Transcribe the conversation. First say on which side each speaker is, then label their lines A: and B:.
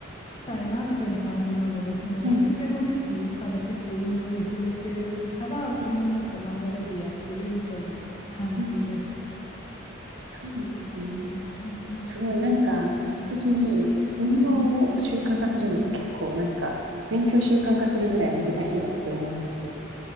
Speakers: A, on the left; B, on the right.
A: したいなみたいな感じなので、その学生の時から結構運動に触れてるから、
B: はい、
A: そのなんか流れでやってるみたいな感じです。
B: はい。うんそうなんですね。
A: うんうん。
B: すごい、なんか、私的に、運動を習慣化するのって結構、
A: うんうん。
B: なんか、勉強習慣化するぐらい難しいなって思うんですよ。